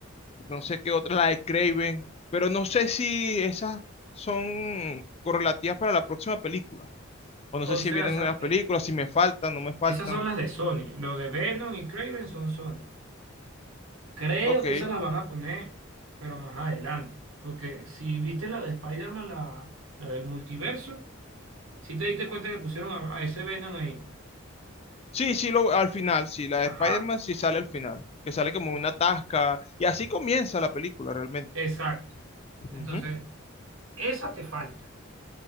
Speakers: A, on the left (about 30°); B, on the right (about 80°).
A: no sé qué otra, la de Craven, pero no sé si esas son correlativas para la próxima película. O no
B: o
A: sé si
B: sea,
A: vienen
B: esa-
A: unas
B: eh,
A: películas, si me faltan, no me faltan.
B: esas son las de Sony. Lo de Venom y Craven son Sony. Creo
A: Ok.
B: que esas las van a poner, pero más adelante. Porque si viste la de Spider-Man, la, la del multiverso, si te diste cuenta que pusieron a, a ese Venom ahí.
A: Sí, sí, lo, al final, sí, la de
B: Ajá,
A: Spider-Man sí sale al final, que sale como una tasca, y así comienza la película realmente.
B: exacto. Entonces,
A: Ujú,
B: esa te falta.